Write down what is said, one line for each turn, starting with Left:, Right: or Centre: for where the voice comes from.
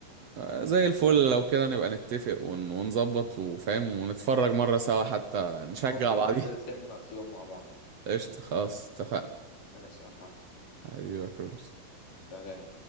Right: آه، زي
Left: ماشي
Right: الفل لو كده نبقى نتفق ون... ونظبط وفاهم ونتفرج مره سوا حتى نشجع
Left: ممكن
Right: بعضينا
Left: ننزل سينما في يوم مع بعض
Right: <laughs> قشطه خلاص اتفقنا
Left: ماشي يا محمد
Right: ايوه كرولس
Left: سلام